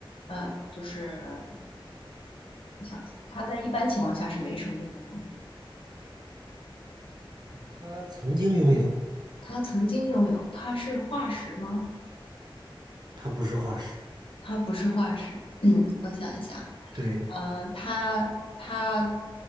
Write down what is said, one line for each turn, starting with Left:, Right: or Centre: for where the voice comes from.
Left: 呃，就是我想一下，他在一般情况下是没生命的吗？
Right: 他曾经拥有，
Left: 他曾经拥有，他是化石吗？
Right: 他不是化石。
Left: 他不是化石，<clears throat> 嗯，我想一下，
Right: 对
Left: 呃，他他